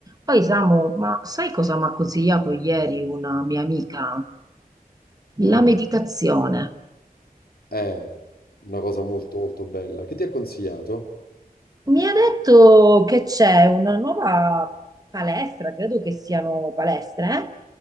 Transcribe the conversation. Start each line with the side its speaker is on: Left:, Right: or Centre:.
Right: Poi Samu, ma sai cosa mi ha consigliato ieri una mia amica?
Left: Mh.
Right: La meditazione.
Left: Eh, una cosa molto, molto bella. Che ti ha consigliato?
Right: Mi ha detto che c'è una nuova palestra, credo che siano palestre,